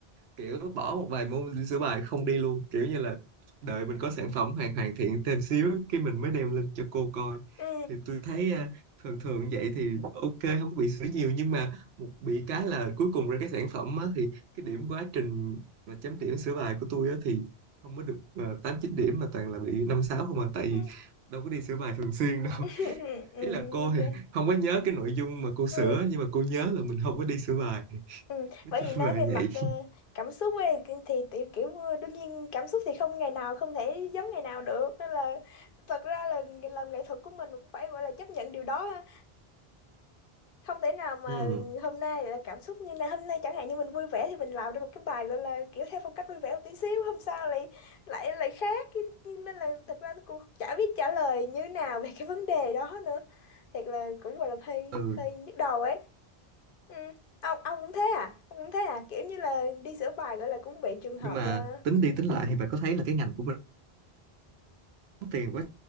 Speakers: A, on the right; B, on the left.
A: kiểu bỏ một vài môn sửa bài không đi luôn kiểu như là đợi mình có sản phẩm hoàn hoàn thiện thêm xíu cái mình mới đem lên cho cô coi
B: ừ,
A: thì tôi thấy à, thường thường vậy thì ok không có bị sửa nhiều nhưng mà một bị cái là cuối cùng ra cái sản phẩm á, thì cái điểm quá trình mà chấm điểm sửa bài của tôi á, thì không có được uh, 8 9 điểm mà toàn là bị 5 6 không à tại vì
B: ừ,
A: đâu có đi sửa bài thường xuyên đâu
B: ừ,
A: <laughs>
B: ừ,
A: ý là cô
B: ok
A: thì không có nhớ cái nội dung mà cô sửa
B: ừ,
A: nhưng mà cô nhớ là mình không có đi sửa bài
B: ừ.
A: nói
B: bởi
A: chung
B: vì nói
A: là
B: về mặt
A: vậy
B: ờ, cảm xúc ấy thì thì tiểu kiểu ờ, đương nhiên cảm xúc thì không ngày nào không thể giống ngày nào được nên là thật ra là làm nghệ thuật của mình cũng phải gọi là chấp nhận điều đó ha không thể nào mà
A: ừ.
B: hôm nay lại là cảm xúc như này hôm nay chẳng hạn như mình vui vẻ thì mình làm ra một cái bài gọi là kiểu theo phong cách vui vẻ một tí xíu hôm sau lại lại lại khác nên là thật ra tôi cũng chả biết trả lời như nào về cái vấn đề đó nữa thiệt là cũng gọi là hơi
A: ừ
B: hơi nhức đầu ấy ừ. ông ông cũng thế à ông cũng thế à kiểu như là đi sửa bài gọi là cũng bị trường
A: nhưng
B: hợp
A: mà
B: ờ,
A: tính đi tính lại thì bạn có thấy là cái ngành của mình đóng tiền quá